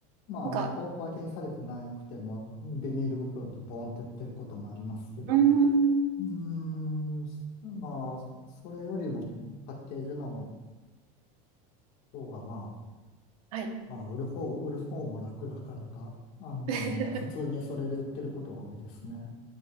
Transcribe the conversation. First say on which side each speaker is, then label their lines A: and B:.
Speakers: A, on the left; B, on the right.
A: まあ、
B: なんか、
A: あの、小小分けにされてなくても、ビニール袋でボーンって売ってることもありますけど、
B: うーん。
A: うーん、まあ、そそれよりもパッケージの方が、まあ、
B: はい。
A: まあ、売る方、売る方も楽だからか、あのー、
B: <laughs>
A: 普通にそれで売ってることが多いですね。